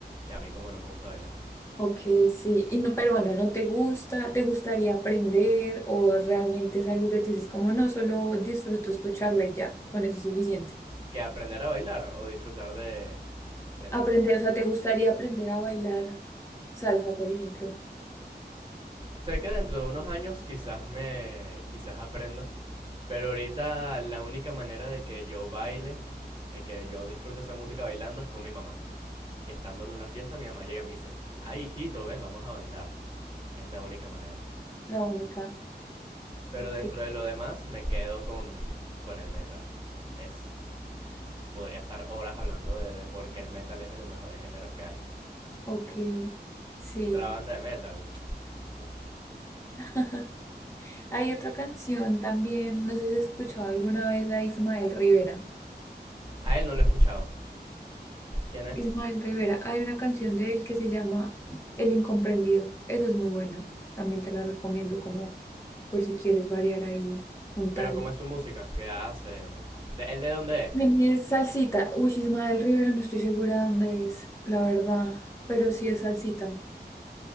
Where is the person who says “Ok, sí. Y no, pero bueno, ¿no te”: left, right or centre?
Left